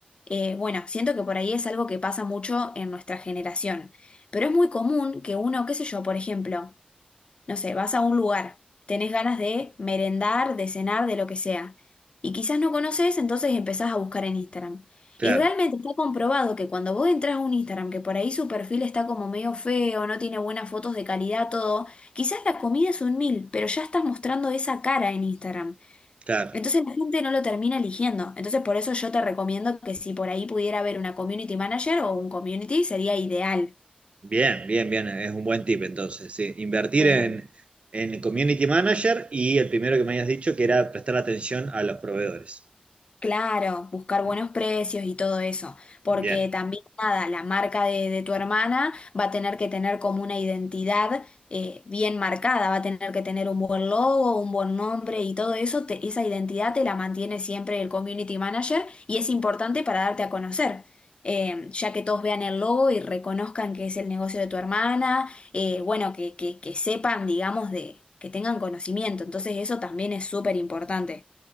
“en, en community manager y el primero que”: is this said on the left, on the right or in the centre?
Right